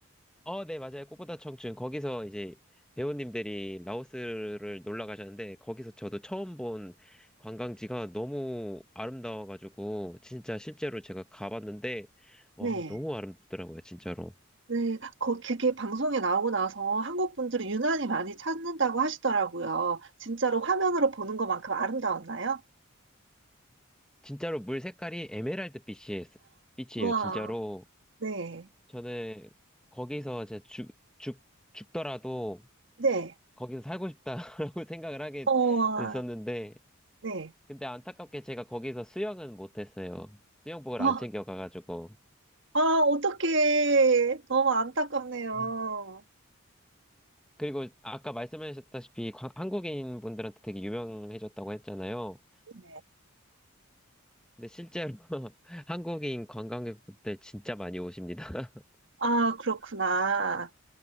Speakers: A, in the centre; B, on the right (about 55°).
A: 어, 네, 맞아요. 꽃보다 청춘. 거기서 이제 배우님들이 라오스를 놀러 가셨는데, 거기서 저도 처음 본 관광지가 너무 아름다워가지고, 진짜 실제로 제가 가봤는데, 와,
B: 네.
A: 너무 아름답더라고요, 진짜로.
B: 네, 거, 그게 방송에 나오고 나서 한국 분들이 유난히 많이 찾는다고 하시더라고요. 진짜로 화면으로 보는 것만큼 아름다웠나요?
A: 진짜로 물 색깔이 에메랄드 빛이에요, 빛이에요,
B: 와,
A: 진짜로.
B: 네,
A: 저는 거기서 제가 죽, 죽, 죽더라도
B: 네,
A: 거기서 살고 싶다라고 <laughs> 생각을 하게
B: 어,
A: 됐었는데,
B: 네.
A: 근데 안타깝게 제가 거기서 수영은 못했어요. 수영복을
B: 아,
A: 안 챙겨가가지고.
B: 아, 어떡해. 너무 안타깝네요.
A: 음. 그리고 아까 말씀하셨다시피 관- 한국인 분들한테 되게 유명해졌다고 했잖아요.
B: 네.
A: 근데 실제로 <laughs> 한국인 관광객분들 진짜 많이 오십니다. <laughs>
B: 아, 그렇구나.